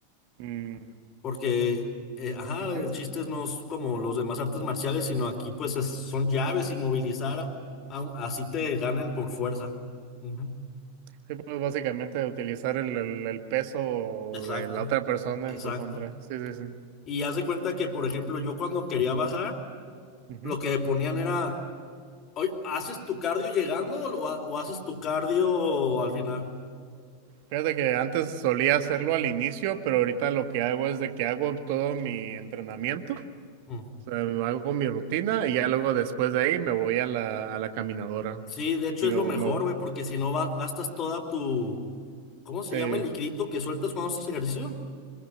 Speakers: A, on the right; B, on the left.
A: Mm.
B: Porque, eh, ajá,
A: Ujú.
B: el chiste no es como los demás artes marciales, sino aquí pues es- son llaves, inmovilizar, aun- así te ganen por fuerza. Ujú.
A: Sí, pues básicamente utilizar el, el- el peso
B: Exacto,
A: de la otra persona
B: exacto.
A: en su contra. Sí, sí, sí.
B: Y haz de cuenta que, por ejemplo, yo cuando quería bajar,
A: Ujú.
B: lo que ponían era, oye, ¿haces tu cardio llegando o, lo ha- o haces tu cardio al final?
A: Fíjate que antes solía hacerlo al inicio, pero ahorita lo que hago es de que hago todo mi entrenamiento,
B: Mm.
A: o sea, hago mi rutina y ya luego después de ahí me voy a la, a la caminadora
B: Sí, de hecho
A: y
B: es
A: me
B: lo
A: voy,
B: mejor,
A: me voy.
B: güey, porque si no va- gastas toda tu, ¿cómo se
A: Sí.
B: llama el licrito que sueltas cuando haces ejercicio?